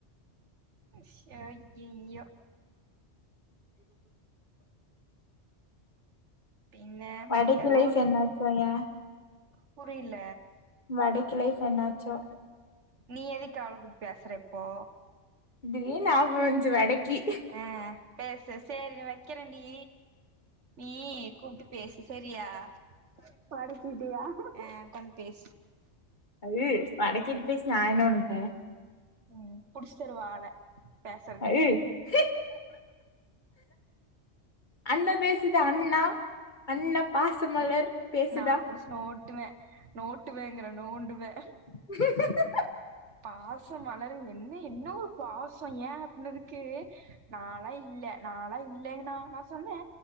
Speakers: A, on the right (about 85°); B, on the left (about 40°).
A: சோ ய்யய்யோ எங்க
B: வடக்கி
A: ஏதோ
B: லைஃப்
A: ஓர்
B: என்னாச்சோ ஏ
A: புரில
B: வடக்கி லைஃப் என்னாச்சோ
A: நீ எதுக்கு அவள பத்தி பேசுற இப்போ
B: தீடீர்னு நியாபகோ வந்துச்சு வடக்கி
A: ஆ பேசு செரி நா வைக்கிறேண்டி நீ கூப்ட்டு பேசு செரியா வடக்கிட்டியா அ கொஞ்சோ பேசு
B: ஐய்யய்ய வட கிட்ட பேசி நா என்ன பண்ணப்போற
A: ம் புடிச்சு தருவா ஆள பேசறக்கு
B: ஐய்யய்யோ அண்ண பேசு தா அண்ணா அண்ணா பாசமலர் பேசுதா
A: நா புடிச்சி நோட்டுவே நோட்டுவேங்கிற நோண்டுவே
B: <inaudible>
A: பாசம் மலரு என்ன என்ன ஒரு பாசோ ஏன் அப்பின்னதுக்கு நாளா இல்ல நாளா இல்லைங்கன்னா நா சொன்னே